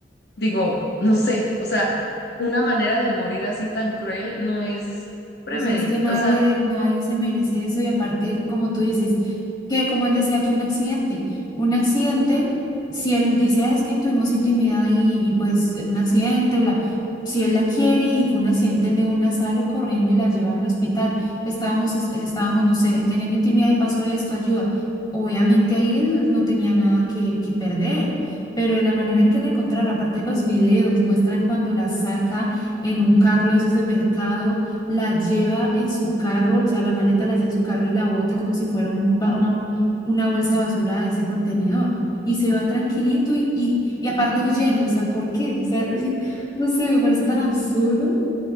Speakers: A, on the left; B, on the left.
A: digo, no sé, o sea, una manera de morir así tan cruel no es premedit,
B: O sea, es que nadie,
A: o sea,
B: nadie se merece eso y aparte, como tú dices, que como él decía que un accidente, un accidente, si él dice, "Ah, es que tuvimos intimidad y, y, pues un accidente, bla, si él la quiere y fue un accidente, el de una sale corriendo y la lleva al hospital, estábamos, es- estábamos, no sé, teniendo intimidad y pasó esto, ayuda. Obviamente ahí él no tenía nada que, que perder, pero de la manera en que la encontraron, aparte los videos muestran cuando la saca en un carro de esos de mercado la lleva en su carro, o sea, la maleta la lleva en su carro y la bota como si fuera un ba- una, bo- una bolsa de basura a ese contenedor. Y se va tranquilito y, y, y aparte huyendo, o sea, ¿por qué? O sea, <laughs> no sé, me parece tan absurdo.